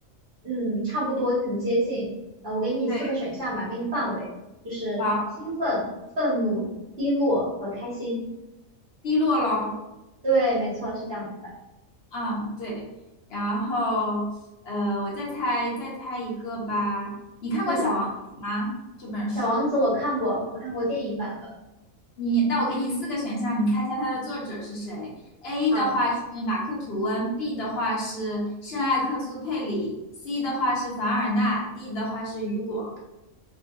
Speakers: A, on the right; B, on the left.
A: 嗯，差不多很接近。呃，我给你四个选项吧，
B: 对，
A: 给你范围，就是兴奋、
B: 好，
A: 愤怒、低落和开心。
B: 低落咯，
A: 对，没错，是这样子的。
B: 嗯，对，然后呃，我再猜再猜一个吧。你看过《小王子》吗？
A: 嗯，
B: 这本书？
A: 《小王子》我看过，我看过电影版的。
B: 你，那我给你四个选项，你猜一下它的作者是谁？A
A: 好
B: 的话是马克·吐温，B 的话是圣埃克苏佩里，C 的话是凡尔纳，D 的话是雨果。